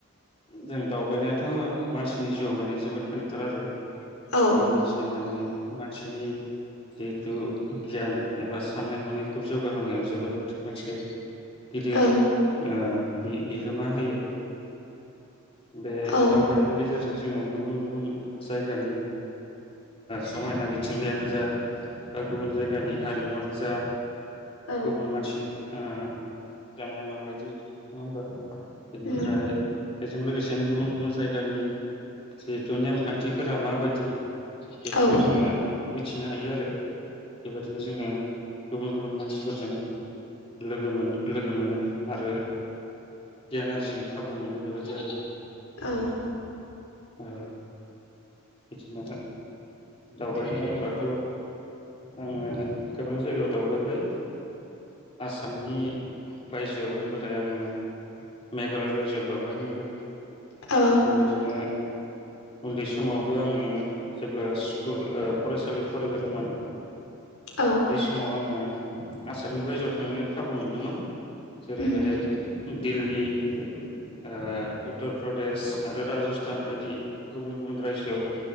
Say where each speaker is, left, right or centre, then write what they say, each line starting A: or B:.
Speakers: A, on the left; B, on the left.
A: जों दावबायनायाथ मानसिनि जिउआव माने जोबोद गोनांथार आरो
B: औ
A: बे मोनसे माने मानसिनि जिहेथु गियान एबा साननाय हनायखौ जौगाहोनायाव जोबोद मोनसे गिदिर
B: ओं
A: ओ बि बिहोमा होयो बे
B: औ
A: दावबायनायनि गेजेरजों जोङो गुबुन गुबुन जायगानि समायना मिथिंगायानो जा बा गुबुन जायगानि हारिमुआनो जा
B: औ
A: गुबुन मानसिनि ओ जानाया माबायदि नंङा होमबा बेनिफ्राय
B: उम
A: बेजों लोगोसेनो गुबुन गुबुन जायगानि जिहेथु नेमखान्थिफोरा माबायदि बेफोरखौ
B: औ
A: जोङो मिथिनो हायो आरो बेबायदिनो जोङो गुबुन गुबुन मानसिफोरजों लोगो मोन लोगो मोनो आरो गियान आरजिनो खाबु मोनो बेबायदि जेरो
B: औ
A: ओ बिदिनो दावबायनो होनोबाथ आङो गोबां जायगायाव दावबायबाय आसामनि बायजोआव होनबाथाय आङो मेघालय रायजोआव दावबाय बायनो मोनदों
B: ओ
A: बेबायदिनो उन्दै समावबो आङो जेब्ला स्कुल ओ फरायसालियाव फरायबाय दंमोन
B: औ
A: बै समाव आङो आसामनि बायजोआव थांनो खाबु मोनदोंमोन जेरै
B: उम
A: हाय दिल्ली ओ उत्तर प्रदेश आरो राजस्थान बायदि गुबुन गुबुन रायजोआव